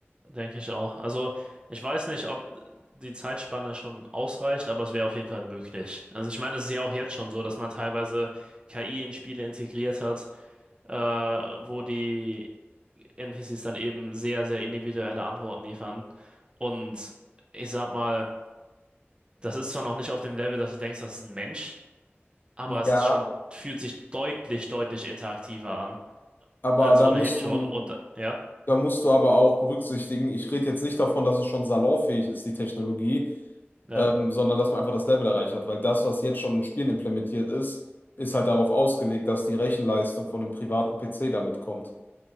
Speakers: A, on the right; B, on the left.
A: denke ich auch. Also ich weiß nicht, ob die Zeitspanne schon ausreicht, aber es wäre auf jeden Fall möglich. Also ich meine, es ist ja auch jetzt schon so, dass man teilweise KI in Spiele integriert hat, äh, wo die NPCs dann eben sehr, sehr individuelle Antworten liefern. Und ich sag mal, das ist zwar noch nicht auf dem Level, dass du denkst, das ist ein Mensch, aber
B: Ja,
A: es ist schon, fühlt sich deutlich, deutlich interaktiver an,
B: aber
A: als
B: da
A: ohnehin
B: musst
A: schon.
B: du
A: Und ja,
B: Da musst du aber auch berücksichtigen, ich rede jetzt nicht davon, dass es schon salonfähig ist, die Technologie,
A: ja,
B: ähm, sondern dass man einfach das Level erreicht hat, weil das, was jetzt schon in Spielen implementiert ist, ist halt darauf ausgelegt, dass die Rechenleistung von einem privaten PC damit kommt.